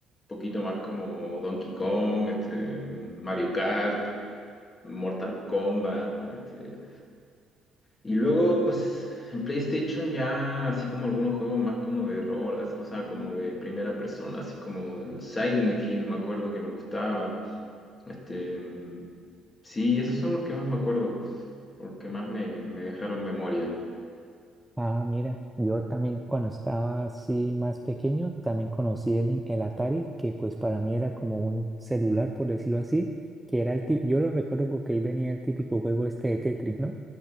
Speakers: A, on the left; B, in the centre.
A: poquito más como Donkey Kong, este, Mario Kart, Mortal Kombat. Este, y luego, pues, en PlayStation ya así como algunos juegos más como de rol, así, o sea, como de primera persona, así como el Silent Hill, me acuerdo que me gustaba. Este, mm, sí, esos son los que más me acuerdo, porque más me, me dejaron memoria.
B: Ah, mira, yo también cuando estaba así más pequeño también conocí el, el Atari, que pues para mí era como un celular, por decirlo así, que era el típico, yo lo recuerdo porque ahí venía el típico juego este de Tetris, ¿no?